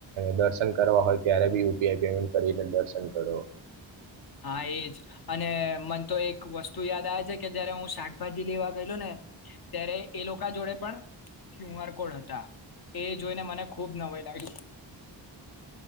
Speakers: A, on the right (about 80°); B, on the left (about 50°).
A: દર્શન કરવા હોય ત્યારે બી યુપીઆઈ પેમેન્ટ કરીને દર્શન કરો.
B: હા, એજ. અને મન તો એક વસ્તુ યાદ આવે છે, કે જયારે હું શાકભાજી લેવા ગયેલો ને. ત્યારે એ લોકો જોડે પણ ક્યુ આર કોડ હતા, એ જોઈને મને ખુબ નવાઈ લાગી.